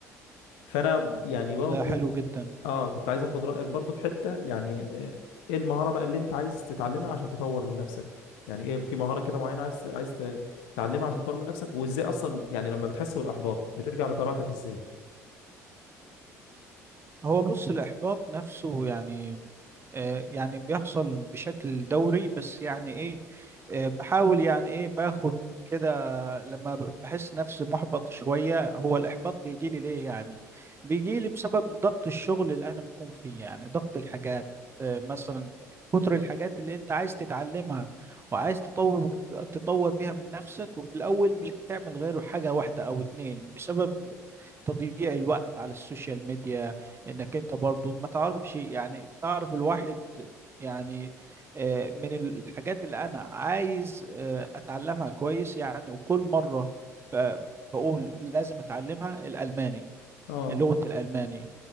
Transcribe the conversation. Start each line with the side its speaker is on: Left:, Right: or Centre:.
Left: فانا يعني برضو
Right: لا حلو جدا
Left: اه كنت عايز اخد رايك برضو في حته يعني آه، ايه المهاره بقى اللي انت عايز تتعلمها عشان تطور من نفسك يعني ايه في مهاره كده معينه عايز عايز ت- تتعلمها عشان تطور من نفسك وازاي اصلا يعني لما بتحس بالاحباط بترجع لطبيعتك ازاي
Right: هو بص الإحباط نفسه يعني آه يعني بيحصل بشكل دوري بس يعني إيه آه بحاول يعني إيه باخد كده لما ب- بحس نفسي محبط شوية هو الإحباط بيجي لي ليه يعني بيجي لي بسبب ضغط الشغل اللي أنا بكون فيه يعني ضغط الحاجات آه مثلا كتر الحاجات اللي أنت عايز تتعلمها وعايز تطور تطور بيها من نفسك وفي الأول مش بتعمل غير حاجة واحدة أو اتنين بسبب تضييع الوقت على السوشيال ميديا انك انت برضو ما تعرفش يعني تعرف الواحد يعني آه، من الحاجات اللي انا عايز آه، اتعلمها كويس يعني وكل مرة ب- بقول لازم اتعلمها الالماني
Left: اه
Right: لغة الألماني